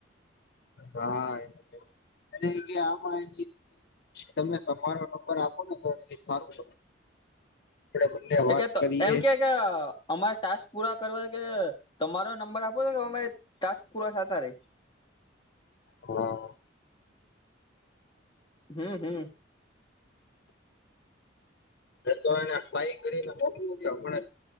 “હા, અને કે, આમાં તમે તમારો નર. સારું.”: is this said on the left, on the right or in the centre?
Left